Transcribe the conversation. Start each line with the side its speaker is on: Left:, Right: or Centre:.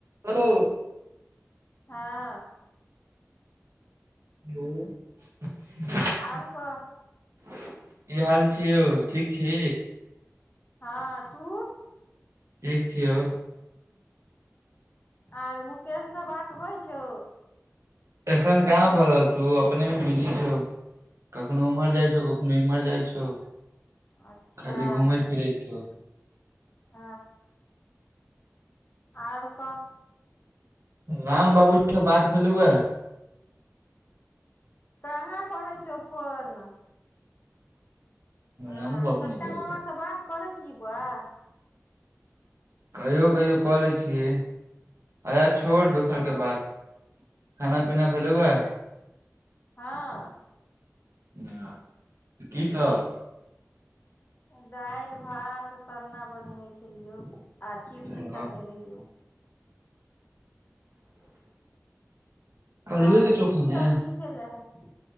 Right: हेलो
Left: हँ
Right: हू <inaudible>
Left: आओर कह
Right: की हाल छी यौ ठीक छी
Left: हँ तू
Right: ठीक छियौ
Left: आर मुकेशसँ बात होइ छौ
Right: एखन कहाँ भ रहल छौ अपने मे बिजी छौ कखनो उम्हर जाइ छौ कखनो इमहर जाइ छौ
Left: अच्छा
Right: खाली घूमै फिरै छौ
Left: ह आर कह
Right: राम बाबूजीसँ बात भेलहुए
Left: कहाँ करैय छौ फोन आ
Right: रामू बाबू
Left: छोटका
Right: नै करै छै
Left: मामा से बात करैय छी बौआ
Right: कहियो कहियो कऽ लै छियै अच्छा छोड़ दोसर
Left: अ
Right: के बात खाना पीना भेलौ आ
Left: हँ
Right: हँ कीसभ
Left: दालि भात सन्ना बनेने छलियौ आ चिप्स
Right: ह
Left: छन ने रहियौ
Right: आलुए
Left: आर
Right: के चोखा
Left: तू
Right: ने
Left: सब की खेलां हैं